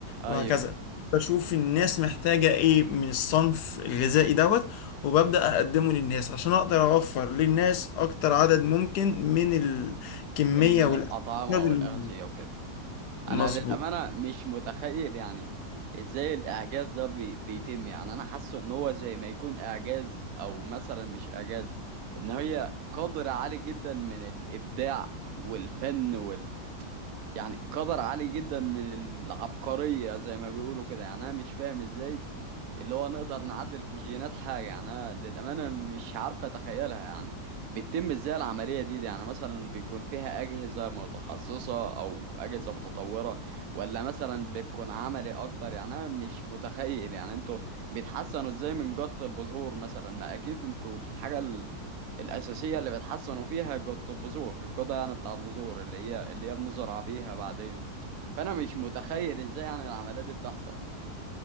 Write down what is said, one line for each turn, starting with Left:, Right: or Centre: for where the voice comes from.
Right: أيوه
Left: وهكذا بشوف الناس محتاجة إيه من الصنف الغذائي دوت وببدأ أقدمه للناس عشان أقدر أوفر للناس أكتر عدد ممكن من الكمية
Right: الأطعمة
Left: ده اللي-
Right: والأغذية وكده
Left: مظبوط
Right: انا للامانه مش متخيل يعني ازاي الاعجاز ده بي بيتم يعني انا حاسه ان هو زي ما يكون اعجاز او مثلا مش اعجاز ان هي قدر عالي جدا من الابداع والفن وال يعني قدر عالي جدا من العبقريه زي ما بيقولوا كده يعني انا مش فاهم ازاي اللي هو نقدر نعدل في جينات حاجة يعني أنا للأمانة مش عارفة أتخيلها يعني بتتم إزاي العملية دي, دي يعني مثلا بيكون فيها أجهزة متخصصة أو أجهزة متطورة ولا مثلا بتكون عملي أكتر يعني أنا مش متخيل يعني أنتوا بيتحسنوا إزاي من جط البذور مثلا ما أكيد أنتوا الحاجة ال- الأساسية اللي بتحسنوا فيها جط البذور الجودة يعني بتاع البذور اللي هي اللي هي بنزرع بيها بعدين فأنا مش متخيل إزاي يعني العملية دي بتحصل